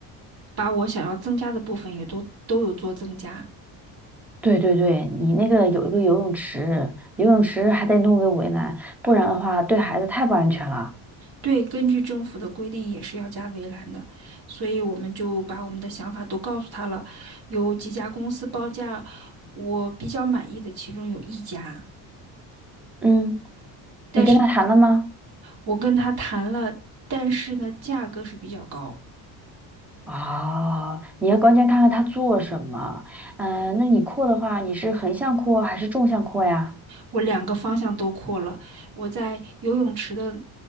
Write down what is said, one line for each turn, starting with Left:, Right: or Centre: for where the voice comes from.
Right: 把我想要增加的部分也都都有做增加，
Centre: 对对对，你那个有一个游泳池，游泳池还得弄个围栏，不然的话对孩子太不安全了。
Right: 对，根据政府的规定也是要加围栏的，所以我们就把我们的想法都告诉他了。有几家公司报价，我比较满意的其中有一家，
Centre: 嗯，
Right: 但是
Centre: 你跟他谈了吗？
Right: 我跟他谈了，但是呢，价格是比较高。
Centre: 哦，你要关键看看他做什么。嗯、那你扩的话，你是横向扩还是纵向扩呀？
Right: 我两个方向都扩了，我在游泳池的